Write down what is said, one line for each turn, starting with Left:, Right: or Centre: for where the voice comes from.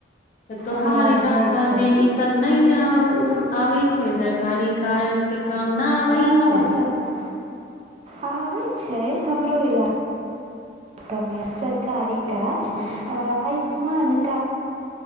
Left: त तोहार
Right: अब आवाज
Left: इलाका
Right: भय छै
Left: मे ई सब नहि आबैत छै सरकारी कार के काम न आबै
Right: हँ
Left: छै
Right: तऽ आबै छै हमरो इलाका मे सरकारी काज
Left: हूँ
Right: आयुष्मान कार्ड